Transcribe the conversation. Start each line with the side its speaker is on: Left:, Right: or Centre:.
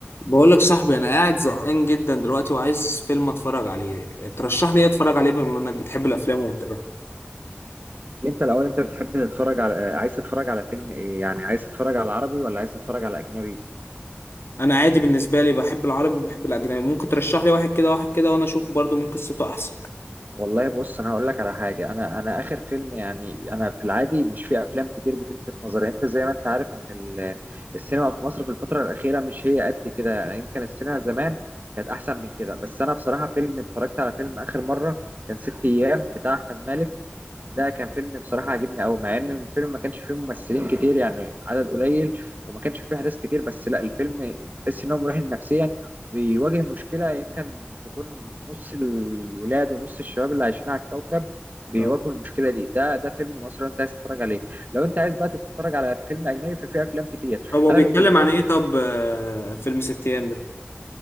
Left: بقول لك صاحبي انا قاعد زهقان جدا دلوقتي وعايز فيلم اتفرج عليه ترشح لي ايه اتفرج عليه بما انك بتحب الافلام وبتابعها
Right: انت الاول انت بتحب تتفرج على عايز تتفرج على فيلم ايه يعني عايز تتفرج على عربي ولا عايز تتفرج على اجنبي
Left: انا عادي بالنسبه لي بحب العربي وبحب الاجنبي ممكن ترشح لي واحد كده واحد كده وانا اشوفه برضو من قصته احسن
Right: والله بص انا هقول لك على حاجه انا انا اخر فيلم يعني انا في العادي مش في افلام كتير بتلفت نظري انت زي ما انت عارف ان ال- السينما في مصر في الفتره الاخيره مش هي قد كده يعني يمكن السينما زمان كانت احسن من كده بس انا بصراحه فيلم اتفرجت على فيلم اخر مره كان ست ايام بتاع احمد مالك ده كان فيلم بصراحة عجبني أوي مع إن الفيلم ما كانش فيه ممثلين كتير يعني عدد قليل وما كانش فيه أحداث كتير بس لا الفيلم تحس إن هو مريح نفسيا بيواجه مشكلة يمكن تكون نص الولاد ونص الشباب اللي عايشين على الكوكب بيواجهوا
Left: اه
Right: المشكلة دي ده ده فيلم مصري أنت عايز تتفرج عليه لو أنت عايز بقى تتفرج على فيلم أجنبي ففي أفلام كتير
Left: طب هو
Right: أنا
Left: بيتكلم
Right: بالنسبة
Left: عن ايه طب آه، فيلم ست ايام ده